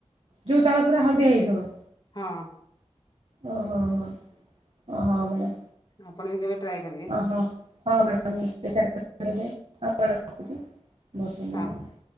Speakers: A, on the right (about 60°); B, on the left (about 40°).
A: ଯୋଉ ତାଳ ପୁରା ହଳଦିଆ ହେଇଯିବ।
B: ହଁ
A: ଓଁ ହଁ ହଁ ହ ହଁ
B: ଆପଣ ବି କେବେ ଟ୍ରାଏ କରିବେ।
A: ହଁ ହଁ ମ୍ୟାଡ଼ାମ ହଁ ମ୍ୟାଡ଼ ରଖୁଛି ବହୁତ ଭଲ
B: ହଁ।
A: ଲାଗ <unintelligible>